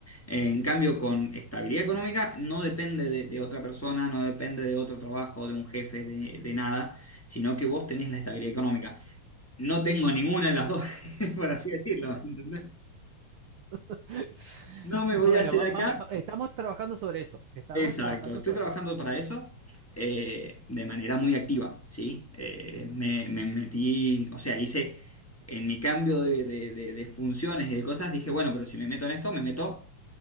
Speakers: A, in the centre; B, on the right.
A: En cambio, con estabilidad económica no depende de, de otra persona, no depende de otro trabajo, de un jefe, de, de nada, sino que vos tenés la estabilidad económica. No tengo ninguna de las dos, <laughs> por así decirlo, ¿entendés?
B: <laughs>
A: No me voy
B: Bueno,
A: a hacer
B: va-
A: acá
B: va- va- estamos trabajando sobre eso, estamos
A: Exacto,
B: trabajando
A: estoy
B: sobre
A: trabajando
B: eso,
A: para eso eh, de manera muy activa, ¿sí? Eh, me, me metí, o sea, hice en mi cambio de, de- de- de funciones y de cosas, dije, bueno, pero si me meto en esto, me meto